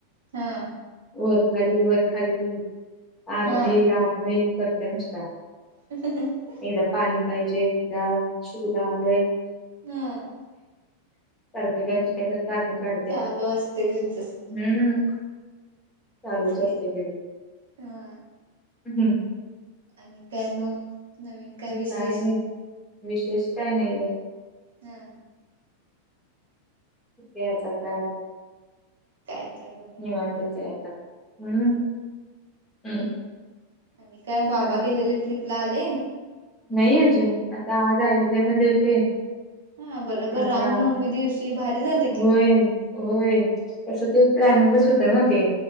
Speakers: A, on the right; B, on the left.
A: हा.
B: वरखाली वरखाली आत
A: हा
B: बहीर आत बहीर करत्या नुसता
A: <inaudible>
B: एकदा पाणी पाहिजे एकदा शू ला आलंय.
A: हा
B: सारखं काय तर काय तर कारण काढत्या.
A: चालू असते त्यांचच
B: हम्म. चालूच
A: तेच की
B: असते
A: हा
B: हम्म.
A: आणि काय मग नवीन विशेष
B: काय नाही विशेष काय नाही ग
A: हा.
B: त्याचा काय?
A: काय काय मग
B: निवांतच ये आता हम्म हम्म
A: आणि काय बाबा
B: चालतंय
A: गेलेले ट्रीपला, आले?
B: नाही अजून आता आज अयोध्या मध्ये होते.
A: हा बरोबर
B: आता
A: रामनवमी दिवशी भारी झाले
B: होय,
A: की
B: होय, तसं ते प्लॅनिंगच होतं ना ते